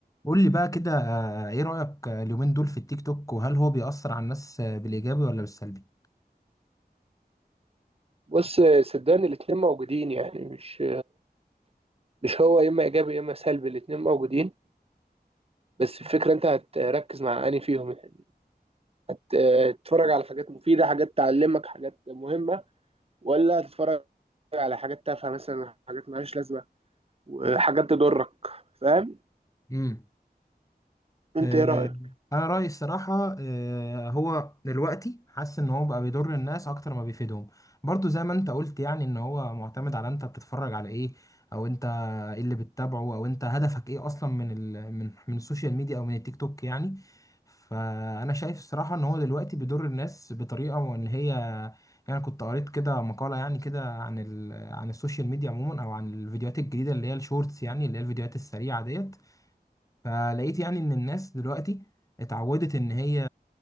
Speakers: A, on the left (about 20°); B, on the right (about 35°).
A: قول لي بقى كده آه، ايه رأيك آه، اليومين دول في التيك توك وهل هو بيأثر على الناس آه، بالإيجابي ولا بالسلبي؟
B: بص صدقني الاتنين موجودين يعني مش مش هو يا اما ايجابي يا اما سلبي الاتنين موجودين بس الفكره انت هتركز مع انهي فيهم يعني هتتفرج على حاجات مفيده حاجات تعلمك حاجات مهمه ولا هتتفرج على حاجات تافهه مثلا حاجات مالهاش لازمه وحاجات تضرك فاهم
A: مم.
B: انت
A: آه،
B: ايه رايك
A: انا رايي الصراحه آه، هو دلوقتي حاسس ان هو بقى بيضر الناس اكتر ما بيفيدهم برضو زي ما انت قلت يعني ان هو معتمد على انت بتتفرج على ايه او انت ايه اللي بتتابعه او انت هدفك ايه اصلا من ال من من السوشيال ميديا او من التيك توك يعني فانا شايف الصراحه ان هو دلوقتي بيضر الناس بطريقه وان هي يعني كنت قريت كده مقاله يعني كده عن ال عن السوشيال ميديا عموما او عن الفيديوهات الجديده اللي هي الشورتس يعني اللي هي الفيديوهات السريعه ديت فلقيت يعني ان الناس دلوقتي اتعودت ان هي